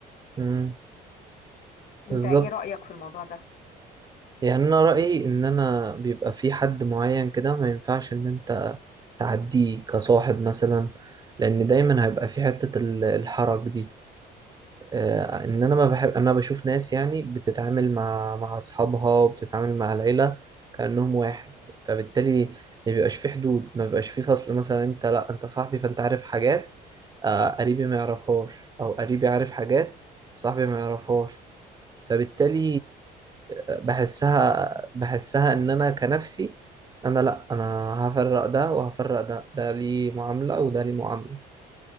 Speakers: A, on the right; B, on the left.
A: مم،
B: أنت
A: بالظبط
B: إيه رأيك في الموضوع ده؟
A: يعني انا رأيي ان انا بيبقى في حد معين كده ما ينفعش ان انت تعديه كصاحب مثلا لان دايما هيبقى في حتة ال- الحرج دي آه، ان انا ما بحب انا بشوف ناس يعني بتتعامل مع مع اصحابها وبتتعامل مع العيله كانهم واحد فبالتالي ما بيبقاش في حدود ما بيبقاش في فصل مثلا انت لا انت صاحبي فانت عارف حاجات آه، قريبي ما يعرفهاش او قريبي عارف حاجات صاحبي ما يعرفهاش فبالتالي بحسها بحسها ان انا كنفسي انا لا انا هفرق ده وهفرق ده ده ليه معامله وده ليه معامله